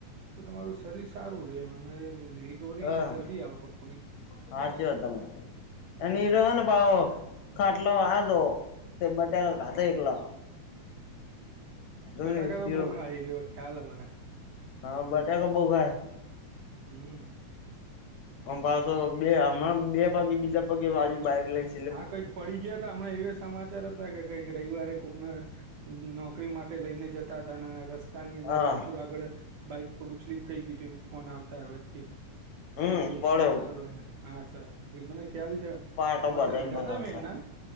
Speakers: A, on the right; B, on the left.
A: તો તમારું શરીર સારું રહેે એમ અને રિકવરી
B: હા
A: એને જલ્દી આવે
B: સાચી વાત તમારી
A: હમ
B: અને ઇ ભ ખાટલા વા દો તેબટ સાથે થેપલા
A: બટાકા
B: નહી
A: તો
B: સિરમ
A: બહુ ખાઈ રહ્યો ખ્યાલ હ મને.
B: હા બટાકા બહુ ખાયા.
A: હમ્મ.
B: પણ પાછો બે હમણાં બે પગે બીજા પગે વાગ્યું બાઈક લઈ.
A: હા કંઈક પડી ગયા તો હમણા એ સમાચાર હતા કે કંઈક રવિવારે કોઈકને નોકરી માટે લઈને જતા હતા અને રસ્ તા ની અંદર
B: હા
A: કતપૂર આગળ બાઈક થોડું સ્લીપ થઈ ગયું એ ફોન આવતા વચ્ચે
B: હમ
A: એવું
B: પડ્યો
A: કઈક થયુ ખરું હેને હા સર એ મને ખ્યાલ છે.
B: પાટો
A: સમાચાર
B: બધાને
A: લીધા
B: પડ્યો
A: હતા મેં
B: હતો
A: એના